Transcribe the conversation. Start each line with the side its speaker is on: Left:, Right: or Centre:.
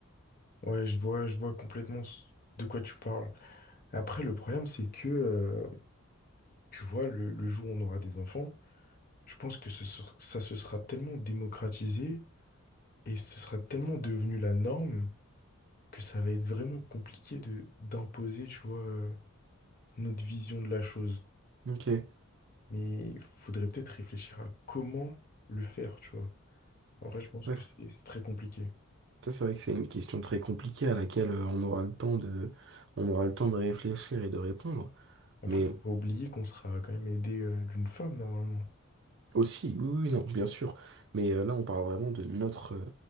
Left: Ouais, je vois, je vois complètement ce- de quoi tu parles. Après, le problème, c'est que, euh, tu vois, le, le jour où on aura des enfants, je pense que ce ser- ça se sera tellement démocratisé et ce sera tellement devenu la norme que ça va être vraiment compliqué de d'imposer, tu vois, euh, notre vision de la chose.
Right: Ok.
Left: Mais il faudrait peut-être réfléchir à comment le faire, tu vois. En vrai, je pense
Right: Ouais,
Left: que c'est c'est très compliqué.
Right: Ça, c'est vrai que c'est une question très compliquée à laquelle euh, on aura le temps de, on aura le temps de réfléchir et de répondre.
Left: Après,
Right: Mais
Left: faut pas oublier qu'on sera quand même aidé euh, d'une femme normalement.
Right: aussi, oui, oui, oui, non, bien sûr. Mais euh, là, on parle vraiment de notre, euh,